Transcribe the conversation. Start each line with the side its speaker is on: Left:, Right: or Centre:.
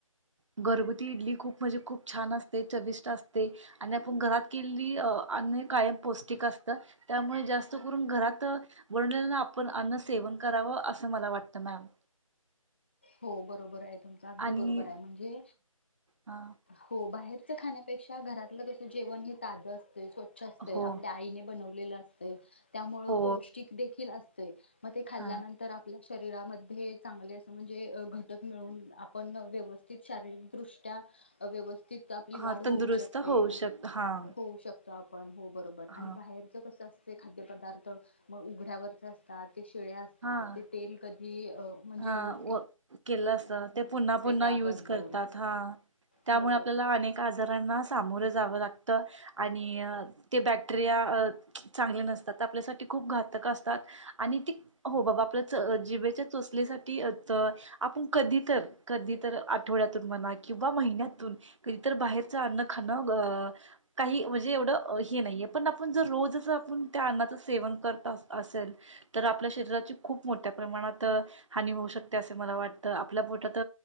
Right: घरगुती इडली खूप म्हणजे खूप छान असते. चविष्ट असते आणि आपण घरात केलेली अ अन्न हे कायम पौष्टिक असतं. त्यामुळे जास्त करून घरात बनवलेलं आपण अन्न सेवन करावं असं मला वाटत मॅम.
Left: हो बरोबर आहे तुमच अगदी
Right: आणि
Left: बरोबर आहे म्हणजे
Right: हां
Left: हो बाहेर च् खाण्यापेक्षा घरातलं कस जेव हे ताजं अस ते स्वच्छ असतय.
Right: हो
Left: आपल्या आईने बनव ले ल असतंय त्यामुळे
Right: हो
Left: पौष्टिक देखील असतय मग ते खाल्ल्यानंतर
Right: हां
Left: आपल्या श शरीरामध्ये चांगले असं म्हणज जे अ घटक मिळवून आपण व्यवस्थित शारीरिकदृष्ट्या व्यवस्थित त आपली वाढ
Right: हां
Left: होऊ
Right: तंदुरुस्त
Left: शकते
Right: होऊ शक हां
Left: होऊ शक स्थापन हो बरोबर
Right: हां
Left: आणि बाहेरचं कस असते खाद्यपदार्थ मग उघड्यावरचे असतात ते शिळे असतात
Right: हां
Left: ते तेल कधी म्हणजे
Right: हा
Left: यू
Right: केलं असत ते पुन्हा पुन्हा
Left: त्याबद्दल
Right: युज करतात हा त्यामुळे
Left: हो
Right: आपल्याला अनेक आजारांना सामोर जाव लागत आणि ते बॅक्टेरिया अ चांगले नसतात आपल्यासाठी खूप घातक असतात आणि ती हो बाबा आपल्याला च जीभेच्या चो आपल्यासाठी च आपण कधी तर कधी तर आठवड्यातून म्हणा किंवा महिन्यातून कधी तर बाहेरच अन्न खाणं काही म्हणजे एवढं हे नाहीये पण आपण जर रोजच आपण त्या अन्नाच सेवन करत अस असेल तर आपल्या शरीराची खूप मोठ्या प्रमाणात हानी होऊ शकते असे मला वाटतं. आपल्या पोटात